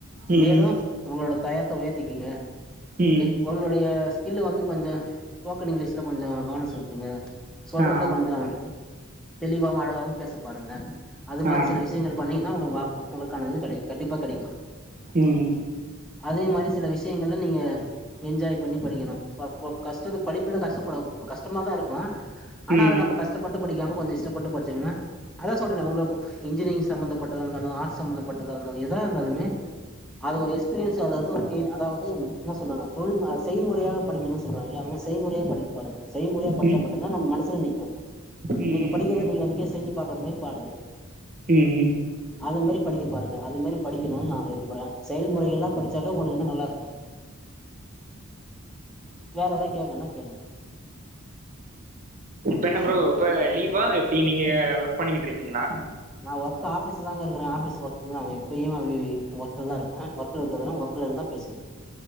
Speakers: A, on the right; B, in the centre.
A: ம்
B: மேலும் உங்களோட தயத்த உயர்த்திகீங்க
A: ம்
B: எக் உங்களுடைய ஸ்கில்ல வந்து கொஞ்சோ ஸ்போக்கன் இங்கிலிஷ்ல கொஞ்சோ கவன செலுத்துங்க சொல்றத
A: ஆ
B: கொஞ்சோ தெளிவாவு அழகாவு பேச பாருங்க அது மாரி
A: ஆ
B: சில விஷயங்கள் பண்ணீங்கன்னா உங்களுக்கு வாபு உங்களுக்கானது இது கெடைக்கு கண்டிப்பா கெடைக்கு
A: ம்
B: அதே மாரி சில விஷியங்கல்ல நீங்க என்ஜாய் பண்ணி படிக்கணு கா கொ கஷ்டத்த படிப்புல கஷ்டப்பட கஷ்டமாதா இருக்கு ஆனா
A: ம்
B: அத நம்ம கஷ்டப்பட்டு படிக்காம கொஞ்ச இஷ்டப்பட்டு படிச்சோமினா அதா சொல்றேனே ஒங்க இன்ஜினியரிங் சம்மந்தப்பட்டதா இருந்தாலூ ஆர்ட்ஸ் சம்ந்தப்பட்டதா இருந்தாலு எதா இருந்தாலூமே அது ஒரு எக்ஸ்பீரியன்ஸு அதவந்து ஒரு கெய்ன் அதாவது என்ன சொல்வாங்க தொழில் ம செயல்முறையாக படிக்கிணு சொல்றா எல்லாரும் செய்முறையா படிக்க பாருங்க செய்முறையா படிச்சா
A: ம்
B: மட்டும்தான் நம்ம மனசுல நிக்கும்
A: ம்
B: இன்னைக்கு படிக்கிறத நீங்க அன்னைக்கே செஞ்சு பாக்குற மாரி பாருங்க
A: ம்ம்
B: அது மேரி படிக்க பாருங்க அது மேரி படிக்கணுன் நா விரும்புறே செயல்முறைகள் எல்லா படிச்சாக்க உங்களுக் இன்னு நல்லா இருக் கோ வேற எதா கேக்கன்னா கேளுங்க
A: இப்ப என்ன ப்ரோ இப்ப லீவா எப்டி நீங்க ஒர்க் பண்ணிக்கிட் இருக்கிங்களா
B: நா ஒர்க் ஆஃபீஸ்லதாங்க இருக்கறே ஆபிஸ் ஒர்க் நா எப்பயு வி வி ஒர்க்ல தா இருப்பே ஒர்க்ல இருக்றதா ஒர்க் க்ல இருந்தா பேசுனு